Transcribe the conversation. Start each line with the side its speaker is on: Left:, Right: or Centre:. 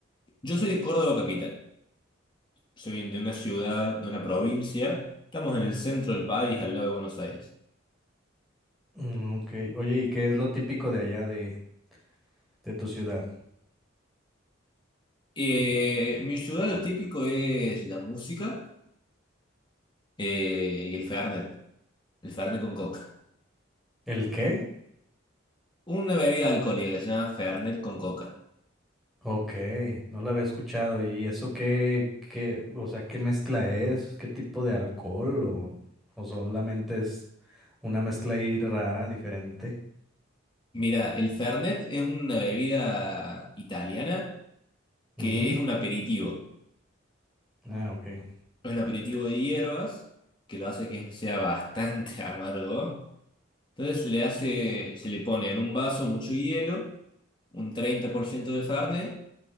Left: Yo soy de Córdoba capital, soy de una ciudad, de una provincia. Estamos en el centro del país, al lado de Buenos Aires.
Centre: Mm, ok. Oye, ¿y qué es lo típico de allá de, de tu ciudad?
Left: Eh, mi ciudad lo típico es la música. eh, y el Fernet, el Fernet con coca.
Centre: ¿El qué?
Left: Una bebida alcohólica se llama Fernet con coca.
Centre: Ok, no la había escuchado. ¿Y eso qué, qué, o sea, qué mezcla es? ¿Qué tipo de alcohol? ¿O, o solamente es una mezcla ahí rara, diferente?
Left: Mira, el Fernet es una bebida italiana
Centre: Ujú.
Left: que es un aperitivo.
Centre: Ah, ok.
Left: Es un aperitivo de hierbas que lo hace que sea bastante <laughs> amargo. Entonces se le hace, se le pone en un vaso mucho hielo, un 30% de Fernet